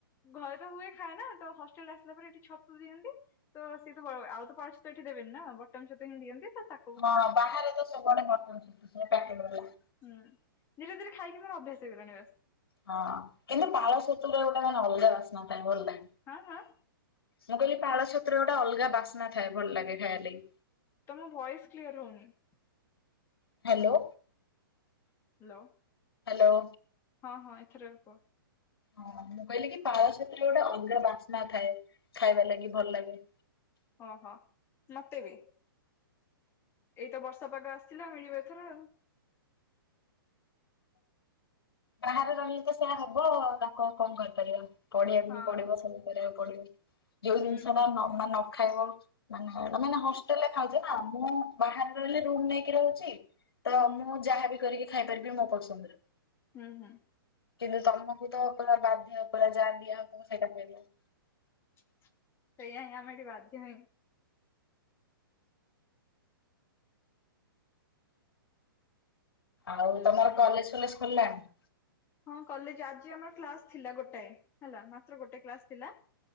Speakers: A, on the left; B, on the left.
A: ଘରେ ତ ହୁଏ ଖାଏ ନା ତ ହଷ୍ଟେଲରେ ଆସିଲା ପରେ ଏଠି ଛତୁ ଦିଅନ୍ତି। ତ ସିଏ ତ ଆଉ ତ ପାଳ ଛତୁ ଏଠି ଦେବେନି ନା ବଟମ ଛତୁ ହିଁ ଦିଅନ୍ତି ତ ତା
B: ହଁ ବାହାରେ ତ ସବୁଆଡେ ବଟନ୍ ଛତୁ ପ୍ୟାକେଟ
A: ହଁ
B: ବାଲା।
A: ହୁଁ ଧୀରେ ଧୀରେ ଖାଇକି ମୋର ଅଭ୍ୟାସ ହେଇଗଲାଣି ବାସ।
B: ହଁ କିନ୍ତୁ ପାଳ ଛତୁରେ ଗୋଟେ ମାନେ ଅଲଗା ବାସ୍ନା ଥାଏ ଭଲ ଲାଗେ।
A: ଆଁ ଆଁ।
B: ମୁଁ କହିଲି ପାଳ ଛତୁ ରେ ଗୋଟେ ଅଲଗା ବାସ୍ନା ଥାଏ ଭଲ ଲାଗେ। ଖାଇବା ଲାଗି।
A: ତମ ଭଏସ କ୍ଲିୟର ହଉନି।
B: ହ୍ୟାଲୋ।
A: ହ୍ୟାଲୋ।
B: ହ୍ୟାଲୋ।
A: ହଁ ହଁ ଏଥର କୁହ।
B: ହଁ ମୁଁ କହିଲି କି ପାଳ ଛତୁ ରେ ଗୋଟେ ଅଲଗା ବାସ୍ନା ଥାଏ ଖାଇବା ଲାଗି ଭଲ ଲାଗେ।
A: ଓହୋ ମତେ ବି ଏଇତ ବର୍ଷ ପାଗ ଆସ ସିଲା ମିଳିବ ଏଥର ଆଉ।
B: ବାହାରେ ରହିଲେ ତ ସେଇଆ ହବ ଆଉ ତାକୁ ଆଉ କଣ କରିପାରିବା ପଢିବାକୁ
A: ହଁ।
B: ବି ପଡିବ ସବୁ କରିବାକୁ ପଡିବ ଯୋଉ
A: ହୁଁ
B: ଜିନିଷଟା
A: ହୁଁ
B: ମା ମାନେ ନ ଖାଇବ ମାନେ ତମେ ଏଇନା ହଷ୍ଟେଲରେ ଖାଉଛ ନା ମୁଁ ବାହାରେ ରହିଲେ ରୁମ ନେଇକି ରହୁଛି। ତ
A: ହୁଁ
B: ମୁଁ ଯାହାବି କରିକି ଖାଇପାରିବି ମୋ ପସନ୍ଦରେ।
A: ହୁଁ ହୁଁ।
B: କିନ୍ତୁ ତମକୁ ତ ପୁରା ବାଧ୍ୟ ପୁରା ଯାହା ଦିଆ ହବ ସେଇଟା ଖାଇବ।
A: ସେୟାହିଁ ଆମେ ଏଠି ବାଧ୍ୟ ହିଁ।
B: ଆଉ
A: ହ୍ୟାଲୋ।
B: ତମର କଲେଜ୍ ଫଲେଜ୍ ଖୋଲିଲାଣି?
A: ହଁ କଲେଜ ଆଜି ଆମର କ୍ଲାସ ଥିଲା ଗୋଟାଏ ହେଲା। ମାତ୍ର ଗୋଟେ କ୍ଲାସ ଥିଲା।